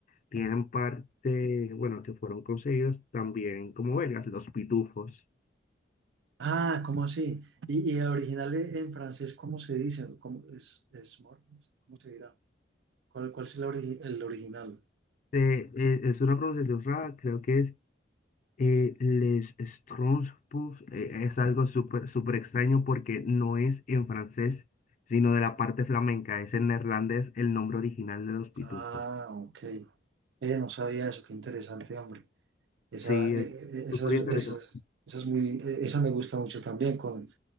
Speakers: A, on the left; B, on the right.
A: tienen parte, bueno, que fueron conseguidos también como belgas, los pitufos.
B: Ah, ¿cómo así? Y, y el original e- en francés, ¿cómo se dice? ¿Cómo es, es, mor- ¿cómo se dirá? ¿Cuál, cuál es el, ori- el original?
A: Eh, eh, es una pronunciación rara, creo que es eh, les Schtroumpfs, eh, es algo súper, súper extraño porque no es en francés, sino de la parte flamenca, es en neerlandés el nombre original de los pitufos.
B: Ah, ok. Eh, no sabía eso, qué interesante, hombre. Esa,
A: Sí,
B: eh,
A: es
B: eh, eh, esas,
A: súper interesante.
B: esas, esas muy, eh, esa me gusta mucho también, con,